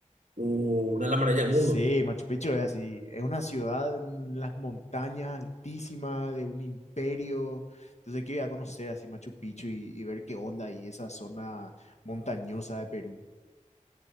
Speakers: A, on the right; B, on the left.
A: uh, una de las maravillas del
B: Sí,
A: mundo.
B: Machu Picchu es así, es una ciudad en las montañas altísima de un imperio, entonces quiero ir a conocer así Machu Picchu y, y ver qué onda ahí esa zona montañosa de Perú.